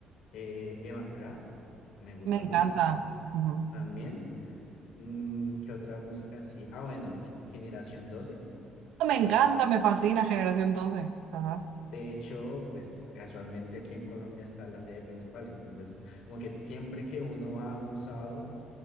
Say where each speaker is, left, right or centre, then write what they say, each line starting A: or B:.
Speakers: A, on the left; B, on the right.
A: eh, Evan Kraft, me gusta
B: Me
A: mucho
B: encanta. ujú.
A: también. Mm, ¿qué otra música sí? Ah, bueno, <tsk> Generación Doce
B: Me
A: También
B: encanta, me fascina Generación doce. Ajá.
A: De hecho, pues casualmente aquí en Colombia está la sede principal, entonces como que siempre que uno va un sábado,